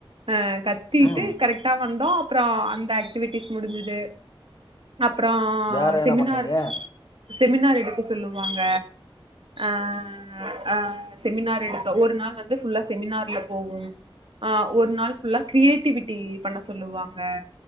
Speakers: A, on the right; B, on the left.
A: ஆ கத் திட்டு
B: ம்
A: கரெக்டா வந்தோ அப்ற அந்த ஆக்டிவிட்டிஸ் முடிஞ்சுது அப்றோ
B: வேற என்ன
A: செமினாரு
B: பண்ணீங்க
A: செமினார் எடுக்க சொல்லுவாங்க ஆ ஆ செமினார் எடுத்தோ ஒரு நாள் வந்து ஃபுல்லா செமினார்ல போவும் ஆ ஒரு நாள் ஃபுல்லா கிரியேட்டிவிட்டி பண்ண சொல்லுவாங்க